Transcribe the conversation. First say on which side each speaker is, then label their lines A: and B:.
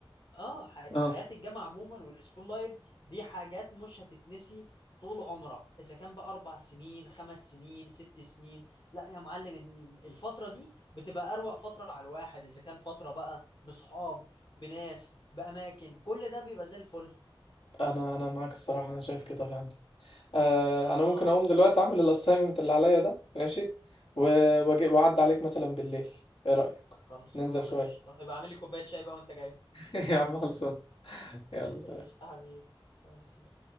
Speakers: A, on the left; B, on the left.
A: اه ح-
B: لا
A: حياة الجامعة عموما والسكول لايف دي حاجات مش هتتنسي طول عمرك اذا كان بقى اربع سنين خمس سنين ست سنين لا يا معلم ال- الفترة دي بتبقى اروق فترة على الواحد اذا كان فترة بقى بصحاب بناس باماكن كل ده بيبقى زي الفل
B: انا انا معاك الصراحه انا شايف كده فعلا آه
A: اه
B: انا ممكن اقوم دلوقتي اعمل الاساينمنت اللي عليا ده ماشي و- واجي واعدي عليك مثلا بالليل ايه رايك
A: خلصانة
B: ننزل شويه
A: قشطة ابقى اعمل لي كوباية شاي بقى وانت جاي
B: <laughs> يا عم خلصان <laughs> يلا سلام
A: قشطة حبيبي خلص